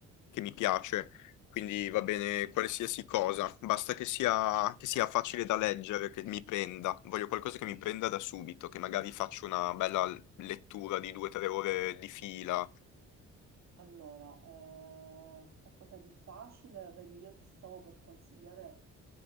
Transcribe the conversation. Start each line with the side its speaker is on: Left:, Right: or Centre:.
Left: che mi piace. Quindi va bene qualsiasi cosa, basta che sia, che sia facile da leggere, che mi prenda. Voglio qualcosa che mi prenda da subito, che magari faccio una bella lettura di due o tre ore di fila.
Right: Allora, eh, qualcosa di facile, vedi, io ti stavo per consigliare